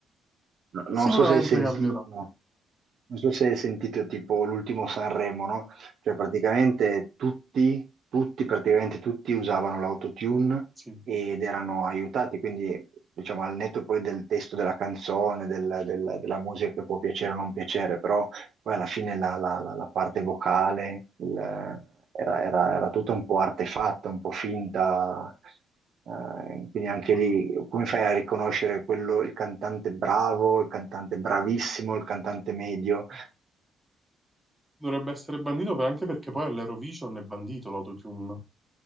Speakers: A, on the right; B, in the centre.
A: no, non
B: sicuramente
A: so se hai sentito,
B: cambierà,
A: non so se hai sentito tipo l'ultimo Sanremo, no? Cioè praticamente tutti, tutti, praticamente tutti usavano l'autotune
B: sì,
A: ed erano aiutati, quindi diciamo al netto poi del testo della canzone, del- del- della musica che può piacere o non piacere, però Poi alla fine la, la- la- la parte vocale il- era, era- era tutta un po' artefatta, un po' finta, eh, quindi anche
B: ma
A: lì come fai a riconoscere quello, il cantante bravo, il cantante bravissimo, il cantante medio?
B: no. Dovrebbe essere bandito per- anche perché poi all'Eurovision è bandito l'autotune,